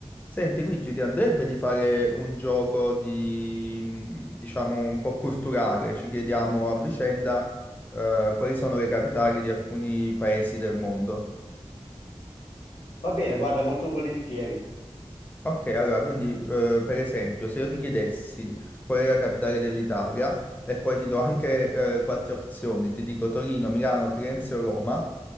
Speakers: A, on the left; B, on the left.
A: Senti Luigi, ti andrebbe di fare un gioco di, mh, diciamo, un po' culturale? Ci chiediamo a vicenda, eh, quali sono le capitali di alcuni paesi del mondo.
B: Va bene, guarda, molto volentieri.
A: Ok, allora, quindi, eh, per esempio, se io ti chiedessi qual è la capitale dell'Italia, e poi ti do anche, eh, quattro opzioni, ti dico Torino, Milano, Firenze o Roma,